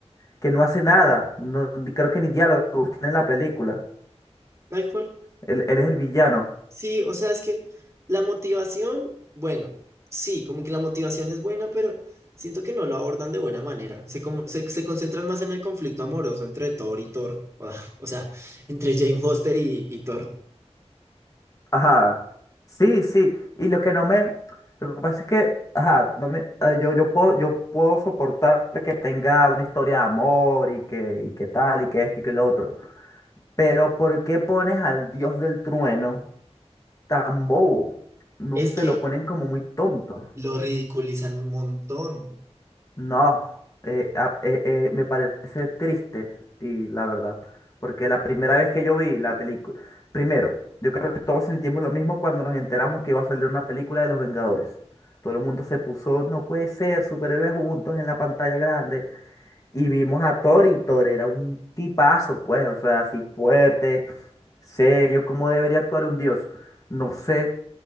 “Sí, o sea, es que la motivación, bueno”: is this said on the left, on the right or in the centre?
Right